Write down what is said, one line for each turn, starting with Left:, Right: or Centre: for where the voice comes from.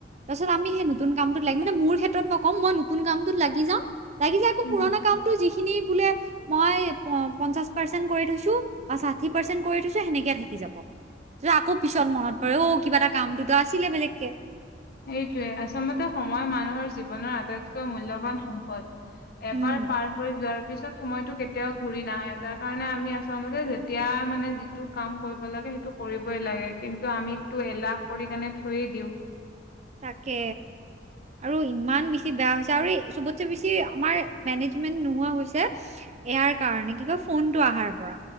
Right: তাৰপাছত আমি সেই নতুন কামটোত লাগি মানে মুৰ ক্ষে ভিতৰত নকম মই নতুন কামটোত লাগি যাম লাগি যাই আকৌ
Left: উম
Right: পুৰণা কামটো যিখিনি বোলে মই প পঞ্চাছ পাৰ্চেণ্ট কৰি থৈছোঁ বা ষাঠি পাৰ্চেণ্ট কৰি থৈছোঁ সেনেকেয়ে থাকি যাব। তেতিয়া আকৌ পিছত মনত পৰে অ কিবা এটা কামটোতো আছিলে বেলেগকে
Left: এইটোৱে আচলতে সময় মানুহৰ জীৱনৰ আটাইতকৈ মূল্যবান সম্পদ। হে আ এবাৰ
Right: উম
Left: পাৰ হৈ যোৱাৰ পিছত সময়টোত কেতিয়াও ঘূৰি নাহে তাৰ কাৰণে আমি আচলতে যেতিয়া মানে যিটো কাম কৰিব লাগে সেইটো কৰিবই লাগে। কিন্তু আমিতটো এলাহ কৰি কেনে থৈয়ে দিওঁ।
Right: তাকে আৰু ইমান বেছি বেয়া হৈছে আৰু এই চবতচে বেছি আমাৰ মেনেজমেন্ট নোহোৱা হৈছে ই ই স্ ইয়াৰ কাৰণে কি কয় ফোনটো আহাৰ পৰা।